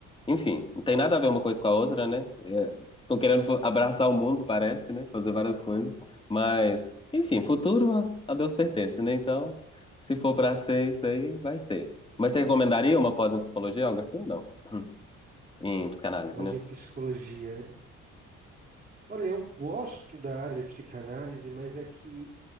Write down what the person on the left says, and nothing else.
Enfim, não tem nada a ver uma coisa com a outra, né? É, tô querendo fa- abraçar o mundo, parece, né? Fazer várias coisas, mas enfim, futuro a a Deus pertence, né? então, se for pra ser isso aí, vai ser. Mas você recomendaria uma pós em psicologia, algo assim ou não? Hum. Em psicanálise,
né?